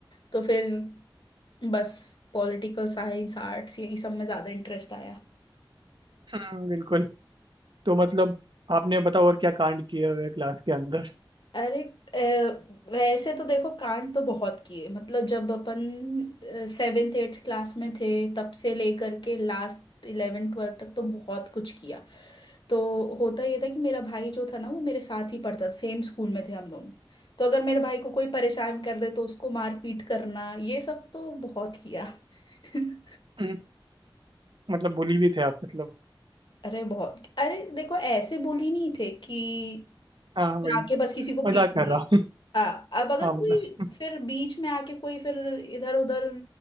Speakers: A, on the left; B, on the right.
A: तो फिर बस पॉलिटिकल साइंस आर्ट्स यही सब में ज़्यादा इंटरेस्ट आया
B: हम्म, बिल्कुल तो मतलब आपने बताओ और क्या कांड किए हुए क्लास के अंदर
A: अरे अ, वैसे तो देखो कांड तो बहुत किए मतलब जब अपन सेवेंथ एट्थ क्लास में थे तब से लेकर के लास्ट इलेवेंथ ट्वेल्थ तक तो बहुत कुछ किया तो होता ये था कि मेरा भाई जो था ना वो मेरे साथ ही पढ़ता था सेम स्कूल में थे हम दोनों तो अगर मेरे भाई को कोई परेशान कर दे तो उसको मार पीट करना ये सब तो बहुत किया <laughs>
B: हम्म, मतलब बुली भी थे आप मतलब
A: अरे बहुत अरे देखो ऐसे बोली नहीं थे कि
B: हाँ वही
A: जाके बस किसी को
B: मजाक
A: पीट
B: कर
A: लिया
B: रहा हूँ
A: हाँ
B: <laughs>
A: अब अगर
B: हाँ मतलब
A: कोई फिर बीच में आके कोई फिर इधर उधर